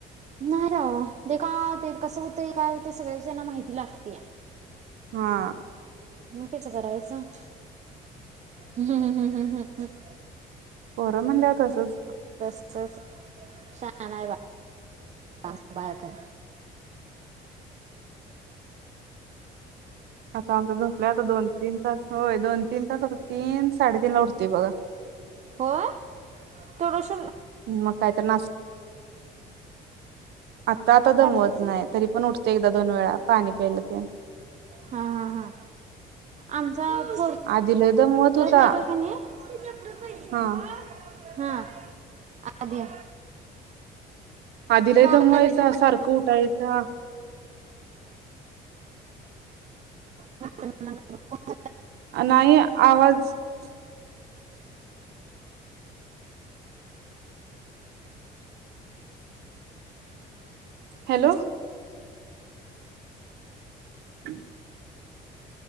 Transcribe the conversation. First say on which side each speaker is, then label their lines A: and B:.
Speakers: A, on the right; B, on the right.
A: नाही राव ते का ते कसं होतंय काय होत सगळ्याची त्यांना माहिती लागतीया.
B: हा.
A: मकीच करायच ह्् हम् हम्म हम्म हम्
B: पोर मणल्यावर तसंच.
A: तच शान आहे वा बाया ह
B: आता आमचा झोपलाय आता दोन तीन तास होय दोन तीन तास आता तीन साडेतीन ला उठतेय बघा.
A: होय! तेढ <unintelligible>
B: मगं काय तर नास आता आता दमवत
A: रात्रीचा
B: नाही तरी पण उठते एकदा दोन वेळा पाणी प्यायलं. <unintelligible>
A: हा हा हा आमचं.
B: आधी लय दमवत
A: <unintelligible>
B: होता हा
A: हा आधी.
B: आधी लई
A: का
B: दमवायचा
A: काय पाहिजे
B: सारखं उठायचा.
A: ह <unintelligible>
B: नाही आवाज. <unintelligible> हॅलो. <unintelligible>